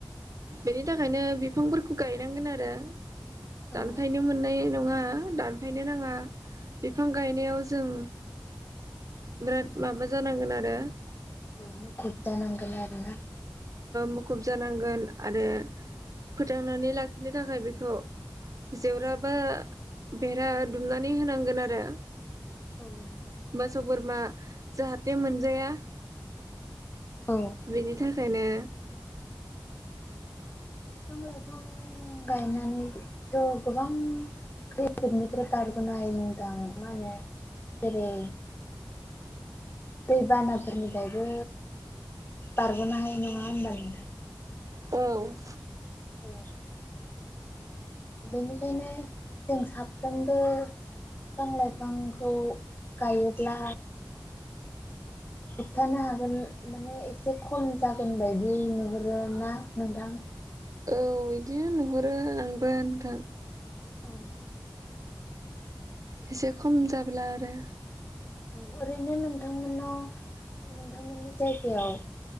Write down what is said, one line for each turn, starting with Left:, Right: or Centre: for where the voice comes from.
Right: बेनि थाखायनो बिफांफोरखौ गायनांगोन आरो
Left: औ
Right: दानफायनो मोननाय नङा दान फायनो नाङा बिफां गायनायाव जों बिराद माबा जानांगोन आरो
Left: ओ मुखुब जानांगोन आरो ना
Right: मुखुब जानांगोन आरो फोथांनानै लाखिनो थाखाय बेखौ जेवराबा बेरा दुमनानै होनांगोन आरो
Left: औ नोंथां
Right: मोसौ बोरमा जाहाथे मोनजाया
Left: औ
Right: बेनि थाखायनो
Left: बिफां लाइफां गायनानैथ' गोबां खैफोदनिफ्राय बारग'नो हायो नोंथां मा होनो जेरै दैबानाफोरनिफ्रायबो बारग'नो हायो नङा होनबा नोंथां
Right: औ
Left: औ बेनिखायनो जों साफ्रोमबो बिफां लाइफांखौ गायोब्ला होबथानो हागोन माने एसे खम जागोन बायदि नुहरोना नोंथां
Right: औ बिदि नुहरो आंबो नोंथां
Left: औ
Right: एसे खम जाब्ला आरो
Left: ओरैनो नोंथांमोनाव नोंथांमोननि जायगायाव